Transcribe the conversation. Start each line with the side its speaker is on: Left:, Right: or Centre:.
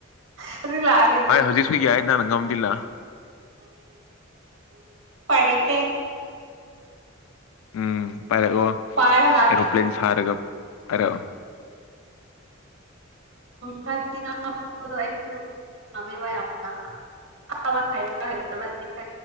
Right: ꯍꯧꯖꯤꯛ ꯂꯥꯛꯑꯒꯦ
Left: ꯍꯣꯏ ꯍꯧꯖꯤꯛ ꯌꯥꯅ ꯅꯪ ꯉꯒꯝꯗꯤꯂ
Right: ꯄꯔꯀꯦ
Left: ꯎꯝ ꯄꯥꯏꯔꯥꯛꯒꯣ
Right: ꯄꯥꯏꯔ ꯂꯥꯛꯀꯦ
Left: ꯑꯦꯔꯣꯄ꯭ꯂ꯭ꯂꯦꯟ ꯁꯔꯒ ꯑꯔ ꯎ
Right: <unintelligible> ꯍꯗꯕꯥ